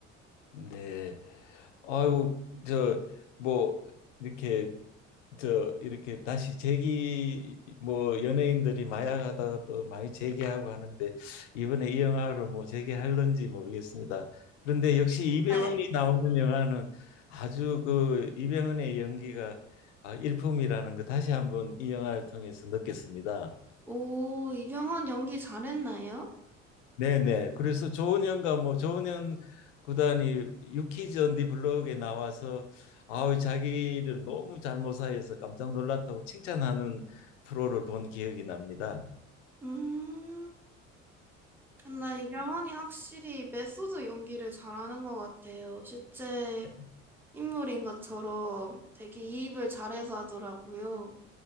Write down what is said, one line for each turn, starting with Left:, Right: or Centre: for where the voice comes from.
Left: 네. 아유 저 뭐 이렇게 저 이렇게 다시 재기 뭐 연예인들이 마약하다가 또 많이 재기하고 하는데 이번에 이 영화를 뭐 재기할런지 모르겠습니다. 그런데 역시 이병헌이
Centre: 네.
Left: 나오는 영화는 아주 그 이병헌의 연기가 아, 일품이라는 거 다시 한번 이 영화를 통해서 느꼈습니다.
Centre: 오, 이병헌 연기 잘했나요?
Left: 네네. 그래서 조은현과 뭐 조은현 구단이 유키즈언디 블로그에 나와서 아우 자기를 너무 잘 모사해서 깜짝 놀랐다고 칭찬하는 프로를 본 기억이 납니다.
Centre: 음, 근데 이병헌이 확실히 메소드 연기를 잘하는 것 같아요. 실제
Left: 네.
Centre: 인물인 것처럼 되게 이입을 잘해서 하더라고요.